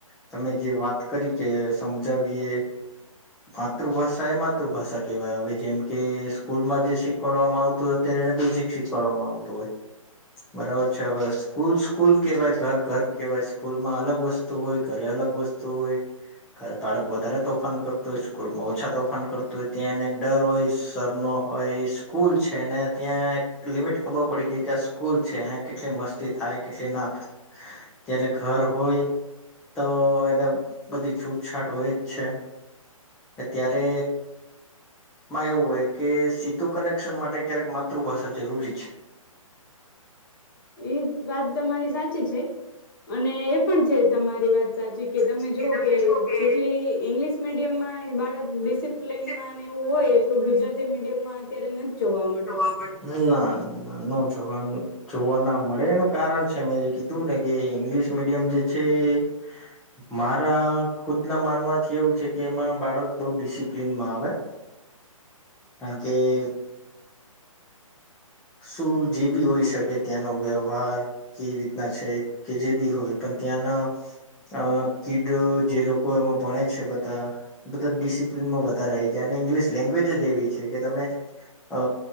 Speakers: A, in the centre; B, on the left.
A: તમે જે વાત કરી કે સમજાવીએ માતૃભાષા એ માતૃભાષા કેવાય, હવે જેમ કે સ્કૂલમાં જે શીખવાડવામાં આવતું હોય અત્યારે એને બેઝિક શીખવાડવામાં આવતું હોય, બરાબર છે. હવે સ્કૂલ-સ્કૂલ કહેવાય, ઘર-ઘર કેહેવાય સ્કૂલમાં અલગ વસ્તુ હોય, ઘરે અલગ વસ્તુ તોય અને બાળક વધારે તોફાન કરતું હોય સ્કૂલમાં ઓછા તોફાન કરતું હોય ત્યાંને ડર હોય સર નો હોય કૂલ છે ને ત્યાં એક લિમિટ ખબર પડી ગઈ કે આ સ્કૂલ છે આઈયા કેટલી મસ્તી થાય કેટલી ના થાય, ત્યારે ઘર હોય તો એને બધી છૂટછાટ હોય જ છે. ત્યારે માં એવું હોય કે સીધું કનેક્શન માટે ક્યારેક માતૃભાષા જરૂરી છે.
B: એ વાત તમારી સાચી છે અને એ પણ છે તમારી વાત
A: <inaudible>
B: સાચી કે તમે જોઓ કે જેટલી ઇંગ્લિશ મીડિયમમાં બાળક ડિસિપ્લિનમાં ને એવું હોય એટલું ગુજરાતી મીડિયમમાં અત્યારે નથી જોવા મળતું
A: ના નો જોવા જોવા ના મળે એનું કારણ છે મેં એ કીધું ને કે ઇંગ્લિશ મીડિયમ જે છે એ મારા ખુદના માનવાથી એવું છે કે એમાં બાળક બહુ ડિસિપ્લનમાં આવે કાણ કે- શું જે બી હોઈ શકે ત્યાંનો વ્યવહાર, કેવી રીતના છે કે જે બી હોય પણ ત્યાંના અ કીડ જે લોકો એમાં ભણે છે બધા બધા ડિસિપ્લનમાં વધારે આઈ જાય અને ઇંગ્લિશ લેંગ્વેજ જ એવી છે કે તમે અ